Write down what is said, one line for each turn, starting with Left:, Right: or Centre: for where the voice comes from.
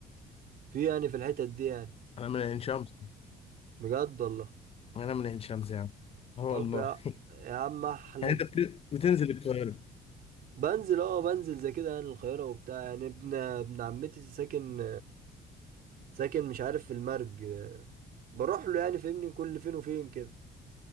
Right: في يعني في الحتت دي يعني
Left: انا من عين شمس
Right: بجد والله
Left: انا من عين شمس يعني اه والله
Right: طب يا
Left: <laughs>
Right: يا عم احلى
Left: يعني انت بت- بتنزل القاهرة
Right: بنزل اه بنزل زي كده يعني القاهرة وبتاع يعني ابن ابن عمتي ساكن ساكن مش عارف في المرج بروح له يعني فاهمني كل فين وفين كده